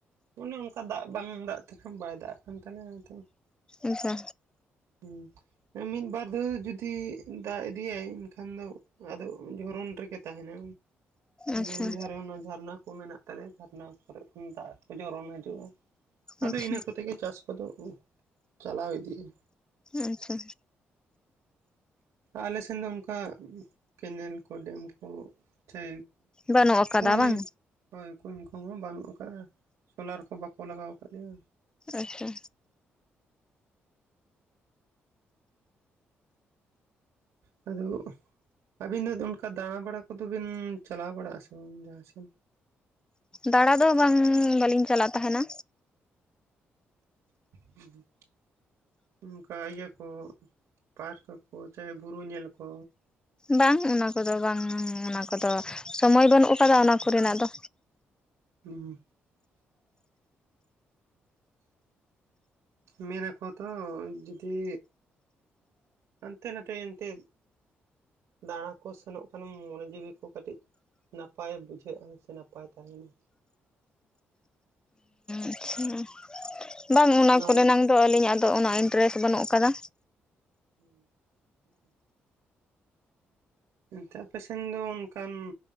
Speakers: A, on the right; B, on the left.
A: ᱚᱱᱮ ᱚᱱᱠᱟ ᱫᱟᱜ ᱵᱟᱝ ᱫᱟᱜ ᱛᱮᱠᱷᱟᱱ ᱵᱟᱭ ᱫᱟᱜ ᱠᱟᱱ ᱛᱟᱞᱮᱭᱟ ᱛᱚ,
B: ᱟᱪᱪᱷᱟ
A: ᱦᱩᱸ ᱢᱤᱫ ᱵᱟᱨ ᱫᱷᱟᱣ ᱡᱩᱫᱤ ᱫᱟᱜ ᱤᱫᱤᱭᱟᱭ ᱮᱱᱠᱷᱟᱱ ᱫᱚ ᱟᱫᱚ ᱡᱚᱨᱚᱱ ᱨᱮᱜᱮ ᱛᱟᱦᱮᱸᱱᱟ
B: ᱟᱪᱪᱷᱟ
A: ᱵᱩᱨᱩ ᱫᱷᱟᱨᱮ ᱚᱱᱟ ᱡᱷᱟᱨᱱᱟ ᱠᱚ ᱢᱮᱱᱟᱜ ᱛᱟᱞᱮᱭᱟ ᱡᱷᱟᱨᱱᱟ ᱠᱚᱨᱮ ᱠᱷᱚᱱ ᱫᱟᱜ ᱠᱚ ᱡᱚᱨᱚᱱ ᱦᱤᱡᱩᱜ-ᱟ ᱟᱫᱚ
B: ᱟᱪᱪᱷᱟ
A: ᱤᱱᱟᱹ ᱠᱚᱛᱮ ᱜᱮ ᱪᱟᱥ ᱠᱚᱫᱚ ᱪᱟᱞᱟᱣ ᱤᱫᱤᱜ-ᱟ
B: ᱟᱪᱪᱷᱟ
A: ᱟᱞᱮ ᱥᱮᱱ ᱫᱚ ᱚᱱᱠᱟ ᱠᱮᱱᱮᱞ ᱠᱚ ᱰᱮᱢ ᱠᱚ ᱥᱮ
B: ᱵᱟᱹᱱᱩᱜ ᱟᱠᱟᱫᱟ
A: ᱯᱩᱱ
B: ᱵᱟᱝ
A: ᱦᱳᱭ ᱠᱩᱧ ᱠᱚᱦᱚᱸ ᱵᱟᱹᱱᱩᱜ ᱟᱠᱟᱫᱼᱟ ᱥᱳᱞᱟᱨ ᱠᱚ ᱵᱟᱠᱚ ᱞᱟᱜᱟᱣ ᱟᱠᱟᱫ ᱞᱮᱭᱟ
B: ᱟᱪᱪᱷᱟ
A: ᱟᱫᱚ ᱟᱹᱵᱤᱱ ᱫᱚ ᱚᱱᱠᱟ ᱫᱟᱬᱟ ᱵᱟᱲᱟ ᱠᱚᱫᱚ ᱵᱤᱱ ᱪᱟᱞᱟᱣ ᱵᱟᱲᱟᱜ ᱟ ᱥᱮ ᱵᱟᱝ ᱡᱟᱦᱟᱸᱥᱮᱫ,
B: ᱫᱟᱬᱟ ᱫᱚ ᱵᱟᱝ ᱵᱟᱹᱞᱤᱧ ᱪᱟᱞᱟᱜ ᱛᱟᱦᱮᱸᱱᱟ
A: ᱦᱩᱸ <unintelligible> ᱚᱱᱠᱟ ᱤᱭᱟᱹ ᱠᱚ ᱯᱟᱨᱠ ᱠᱚ ᱪᱟᱦᱮ ᱵᱩᱨᱩ ᱧᱮᱞ ᱠᱚ
B: ᱵᱟᱝ ᱚᱱᱟ ᱠᱚᱫᱚ ᱵᱟᱝ ᱚᱱᱟ ᱠᱚᱫᱚ ᱥᱚᱢᱚᱭ ᱵᱟᱹᱱᱩᱜ ᱟᱠᱟᱫᱟ ᱚᱱᱟ ᱠᱚᱨᱮᱱᱟᱜ ᱫᱚ
A: ᱩᱸ ᱢᱮᱱᱟᱠᱚ ᱛᱚ ᱡᱩᱫᱤ ᱟᱱᱛᱮ ᱱᱟᱛᱮ ᱮᱱᱛᱮ, ᱫᱟᱬᱟ ᱠᱚ ᱥᱮᱱᱚᱜ ᱠᱷᱟᱱᱮᱢ ᱢᱚᱱᱮ ᱡᱤᱣᱤ ᱠᱚ ᱠᱟᱹᱴᱤᱡ, ᱱᱟᱯᱟᱭ ᱵᱩᱡᱷᱟᱹᱜᱼᱟ ᱥᱮ ᱱᱟᱯᱟᱭ ᱛᱟᱦᱮᱸᱱᱟ
B: ᱟᱪᱪᱷᱟ <inaudible> ᱵᱟᱝ ᱚᱱᱟ
A: ᱱᱟᱣᱟᱱ
B: ᱠᱚᱨᱮᱱᱟᱝ ᱫᱚ ᱟᱹᱞᱤᱧᱟᱜ ᱫᱚ ᱩᱱᱟᱹᱜ ᱤᱱᱴᱟᱨᱮᱥᱴ ᱵᱟᱹᱱᱩᱜ ᱟᱠᱟᱫᱟ
A: <unintelligible> ᱮᱱᱛᱮ ᱟᱯᱮ ᱥᱮᱱ ᱫᱚ ᱚᱱᱠᱟᱱ